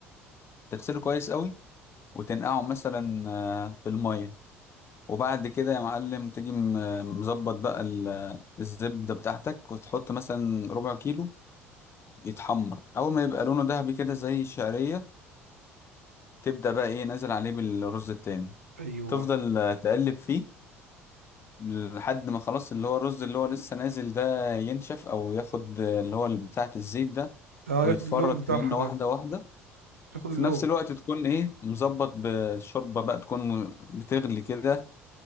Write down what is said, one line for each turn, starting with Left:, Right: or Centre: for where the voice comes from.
Left: تغسله كويس قوي وتنقعه مثلا آه، في المية وبعد كده يا معلم تجي م- مظبط بقى ال- الزبدة بتاعتك وتحط مثلا ربع كيلو يتحمر اول ما يبقى لونه ذهبي كده زي الشعريه تبدا بقى ايه نازل عليه بالرز التاني
Right: ايوه
Left: تفضل آه، تقلب فيه لحد ما خلاص اللي هو الرز اللي هو لسه نازل ده ينشف او ياخد آه، اللي هو بتاعه الزيت ده
Right: اه
Left: ويتفرد
Right: ياخد اللون بتاعها
Left: كأنه
Right: ده
Left: واحده واحده
Right: ياخد اللون
Left: في نفس الوقت تكون ايه مظبط بشوربه بقى تكون بتغلي كده